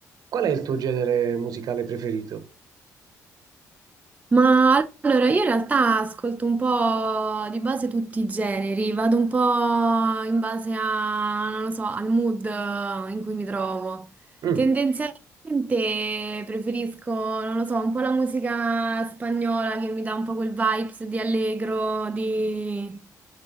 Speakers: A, on the right; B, on the right.
A: Qual è il tuo genere musicale preferito?
B: Ma allora io in realtà ascolto un po' di base tutti i generi, vado un po' in base a, non lo so, al mood eh, in cui mi trovo.
A: Mm.
B: Tendenzialmente preferisco, non lo so, un po' la musica spagnola che mi dà un po' quel vibes di allegro, di...